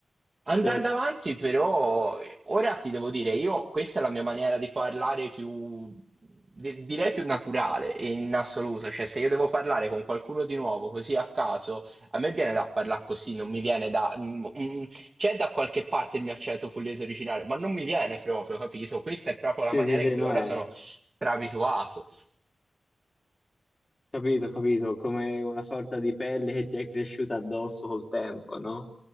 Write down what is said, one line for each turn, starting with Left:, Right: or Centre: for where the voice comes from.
Right: Andando
Left: Cioè,
Right: avanti, però, eh, ora ti devo dire, io questa è la mia maniera di parlare più, di- direi più naturale in assoluto, cioè se io devo parlare con qualcuno di nuovo così a caso, a me viene da parlare così, non mi viene da... mm, mm, c'è da qualche parte il mio accento pugliese originale, ma non mi viene proprio, capito? Questa è proprio la
Left: Sì,
Right: maniera
Left: sì, sì,
Right: in cui
Left: no,
Right: ora
Left: è...
Right: sono strabituato.
Left: Capito, capito, come una sorta di pelle che ti è cresciuta addosso col tempo, no?